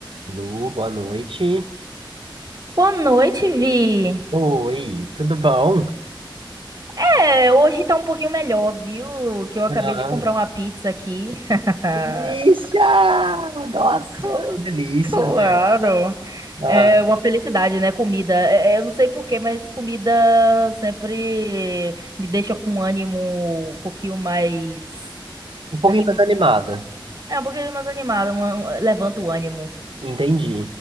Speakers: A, on the right (about 80°); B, on the right (about 40°).
A: Lu, boa noite.
B: Boa noite, Vi.
A: Oi, tudo bom?
B: É, hoje tá um pouquinho melhor, viu? Que eu acabei
A: Ah,
B: de comprar uma pizza aqui. <laughs>
A: delícia! Nossa,
B: Cl-
A: que delícia,
B: Claro.
A: né? Ah,
B: É uma felicidade, né? Comida. É, é, eu não sei por quê, mas comida sempre me deixa com um ânimo um pouquinho mais
A: um pouquinho
B: anim...
A: mais animada,
B: É um pouquinho mais animado, uma- um- levanta o ânimo.
A: entendi.